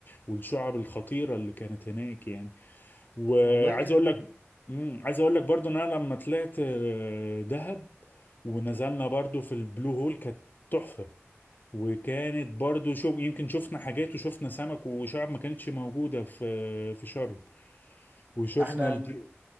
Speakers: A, on the left; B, on the right.
A: والشعب الخطيرة اللي كانت هناك يعني وعايز
B: والله دي حقيقة
A: أقول لك مم. عايز اقول لك برضو ان انا لما طلعت آه، دهب ونزلنا برضو في البلو هول كانت تحفة وكانت برضو شو يمكن شفنا حاجات وشفنا سمك وشعب ما كانتش موجودة في في شرم وشفنا
B: احنا
A: الدي